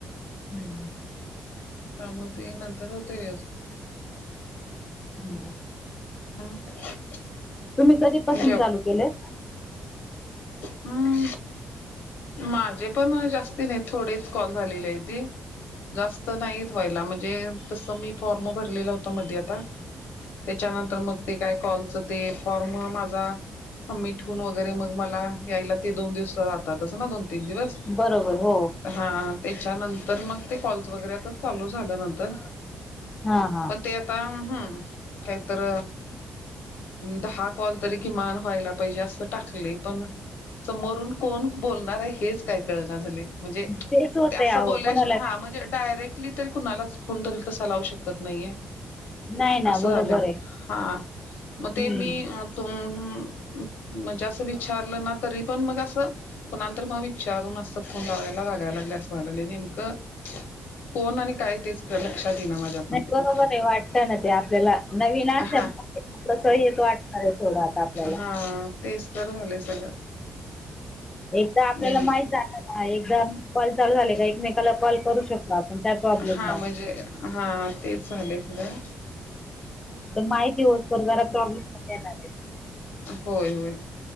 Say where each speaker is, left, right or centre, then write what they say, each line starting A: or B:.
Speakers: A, on the left (about 15°); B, on the left (about 80°).
A: हम्
B: काम होतय नंतर होतय व्यवस्थि
A: हम्
B: <inaudible>
A: तुम्ही कधीपासून
B: जेव
A: चालू केलंय
B: हम्म माझे पण अ जास्ती नाही थोडेच कॉल झालेले हायती जास्त नाहीत व्हायला म्हणजे तसं मी फॉर्म भरलेलं होता मध्ये आता त्याच्यानंतर मग ते काय कॉलचं ते फॉर्म माझा सबमिट होऊन वगैरे मग मला यायला ते दोन दिवस जातात दिवस
A: बरोबर हो
B: हा त्याच्यानंतर मग ते कॉल्स वगैरे आता चालू झालं नंतर
A: हा हा
B: पण ते आता हम् काहीतर दहा कॉल तरी किमान व्हायला पाहिजे असं टाकलय पण समोरून कोण बोलणारय हेच काय कळणा झालय म्हणजे
A: तेच होतय
B: ते असं
A: आहो
B: बोल्या
A: कोणाला
B: शिवा हा म्हणजे डायरेक्ट तरी कुणालाच फोन तरी कसा लावू शकत नाहीये
A: नाही ना
B: असं
A: बरोबर
B: झालं
A: आहे
B: हा मग
A: हम्म
B: ते मी अ तुम मच्या असं विचारलं ना तरी पण मग असं कुणाल तर मग विचारून असं फोन लावायला लागायला लागले असं <unintelligible> कोण आणि काय तेच लक्ष क्षात इना माझ्या पण
A: नाही
B: ते पटकन
A: बरोबर आहे वाटतं ना ते आपल्याला नवीन असल्या
B: हा
A: कसं हेच वाटणार आहे थोडं आता आपल्याला
B: हा.. तेच तर झालंय सगळं
A: एकदा आपल्याला
B: नेम
A: माहित झाल ना एकदा कॉल चालू झाले का एकमेकाला कॉल करू शकतो आपण काय प्रॉब्लेम
B: हा
A: नाही.
B: म्हणजे हा तेच झालंय सगं
A: माहितीय ओ तर जरा प्रॉब्लेम येणार आहे
B: होय होय